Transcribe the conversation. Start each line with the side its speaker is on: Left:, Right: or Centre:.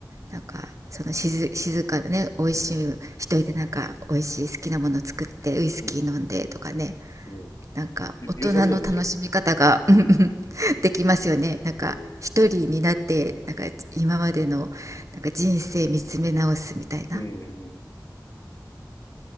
Right: なんかその静、静かでね美味しい一人でなんか美味しい好きなもの作ってウイスキー飲んでとかね
Left: うん、うん、うん。
Right: なんか大人の楽しみ方が
Left: よ、良さそうでしょ。
Right: <laughs> うんうんできますよねなんか一人になってなんか今までのなんか人生見つめ直すみたいな
Left: うん。そう。うん、うん。